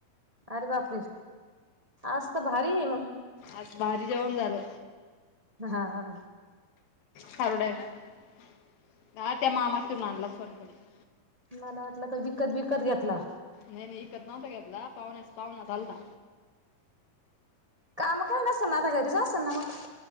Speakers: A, on the right (about 20°); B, on the left (about 80°).
A: अरे बापरे! आंज तरं भारी आहे मगं.
B: आंज भारी जेवणं झालं.
A: हां हां
B: खारोड्यांत हां त्यां मामाच्यां घरूंन आणल्यांस सोणखेडयांत
A: मलां वाटलं कां विकतं बिकतं घेतलां.
B: नाहीं नाहीं विकतं नव्हतं घेतलां पाहण्यांस पाहु चालतां.
A: कामं कांहीं नसलं नां आंता घरीचं असेल नां मगं.